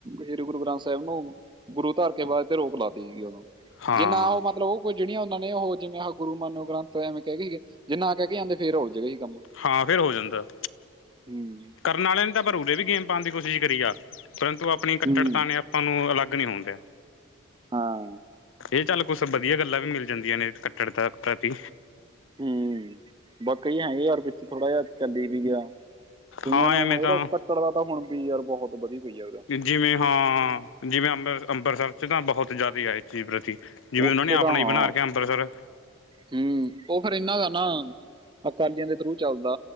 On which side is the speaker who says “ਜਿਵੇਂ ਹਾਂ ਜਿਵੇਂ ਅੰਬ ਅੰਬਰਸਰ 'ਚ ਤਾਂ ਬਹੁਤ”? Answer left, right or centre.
Left